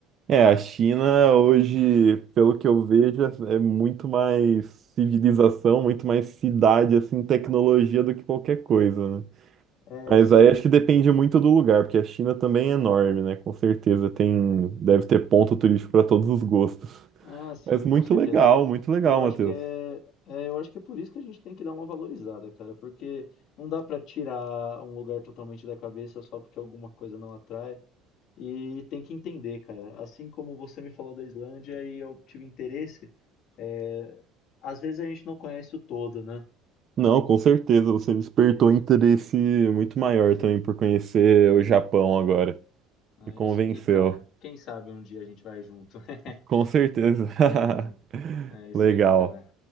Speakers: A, on the right; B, on the left.
A: É, a China hoje, pelo que eu vejo, é é muito mais civilização, muito mais cidade, assim, tecnologia do que qualquer coisa, né?
B: É,
A: Mas
B: sim,
A: aí acho que depende muito do lugar, porque a China também é enorme, né? Com certeza tem,
B: sim.
A: deve ter ponto turístico para todos os gostos.
B: Ah, sim,
A: Mas muito
B: com certeza.
A: legal,
B: Eu,
A: muito legal,
B: eu acho
A: Matheus.
B: que é, é, eu acho que é por isso que a gente tem que dar uma valorizada, cara, porque não dá pra tirar um lugar totalmente da cabeça só porque alguma coisa não atrai. E tem que entender, cara. Assim como você me falou da Islândia e eu tive interesse, é, às vezes a gente não conhece o todo, né?
A: Não, com certeza, você despertou interesse muito maior também por conhecer o Japão agora.
B: É
A: Me convenceu.
B: isso aí, cara. Quem sabe um dia a gente vai junto. <laughs>
A: Com certeza.
B: Ok, mano.
A: <laughs>
B: É isso
A: Legal.
B: aí, cara.